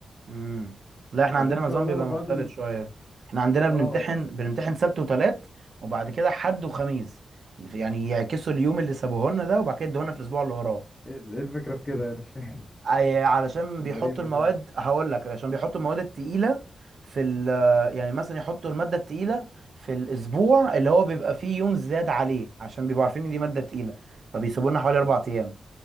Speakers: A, on the right; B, on the left.
A: امم لا احنا
B: بعدين
A: عندنا
B: ان
A: نظام
B: شاء الله
A: بيبقى
B: بعد
A: مختلف
B: ال...
A: شويه احنا عندنا
B: اه
A: بنمتحن بنمتحن سبت وتلات وبعد كده حد وخميس يعني يعكسوا اليوم اللي سابوه لنا ده وبعد كده يدوه لنا في الاسبوع اللي وراه
B: ايه ده؟ إيه الفكرة في كده <laughs> يعني مش فاهم
A: أي علشان
B: غريبة
A: بيحطوا المواد
B: شوية
A: هقول لك عشان بيحطوا المواد التقيله في ال يعني مثلا يحطوا الماده التقيله في الاسبوع اللي هو بيبقى فيه يوم زاد عليه عشان بيبقوا عارفين ان دي ماده تقيله فبيسيبوا لنا حوالي اربع ايام